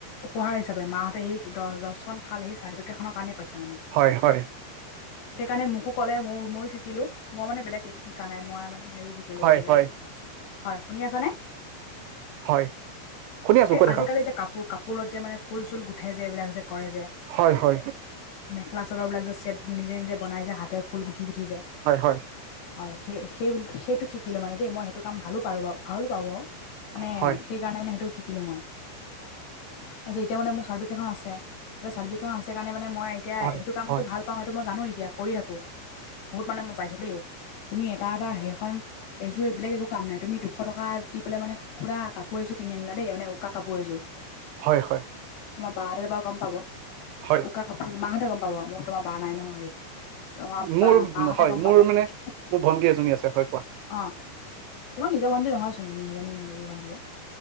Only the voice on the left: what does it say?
উপহাৰ হিচাপে মাহঁতে সেই দহ দছখন শাল সেই চাৰ্টিফিকেটখনৰ কাৰণেই পাইছে মানে।
সেইকাৰণে মোকো ক'লে ময় মইও শিকিলোঁ‌, মই মানে বেলেগ একো শিকা নাই মই মানে হেৰি শিকিলোঁ‌
বেলেগ
হয়, শুনি আছা নে?
এই
আজিকালি যে কাপোৰ কাপোৰত যে মানে ফুল-চুল গুঠে যে এইবিলাক যে কৰে যে
মেখেলা চাদৰ বিলাক যে ছেট নিজে-নিজে বনাই যে হাতে ফুল গুঠি-গুঠি যে
হয় সেই-সেই-সেইটো শিকিলোঁ‌ মানে দেই মই সেইটো কাম ভালো পাৰো বাৰু ভালো পাওঁ বাৰু, মানে
সেই কাৰণে মানে সেইটো শিকিলো মই। তাৰপিছত এতিয়া মানে মোৰ চাৰ্টিফিকেট খন আছে এতিয়া চাৰ্টিফি খন আছে কাৰণে মানে মই এতিয়া
সেইটো কামটো
ভাল পাওঁ সেইটো মই জানো এতিয়া কৰি থাকো। বহুত মানে মই পাইছো দেই, তুমি এটা এটা সেইখন এযোৰ এইবিলাক একো কাম নাই। তুমি দুশ টকা দি পেলাই মানে সুধা কাপোৰ এযোৰ কিনি আনিলা দেই মানে উকা কাপোৰ এযোৰ। <inaudible>
তোমাৰ বাহতে যেনিবা গম পাব
উকা কাপোৰ এযোৰ মাহতে গম পাব। মই তোমাৰ বা নাই নহয় হেৰি তোমাৰ
বা মাহতে
গম
পাব। অ',
তোমাৰ
নিজৰ ভণ্টি নহয়চোন, তুমি সেইজনী হেৰি ভণ্টিহে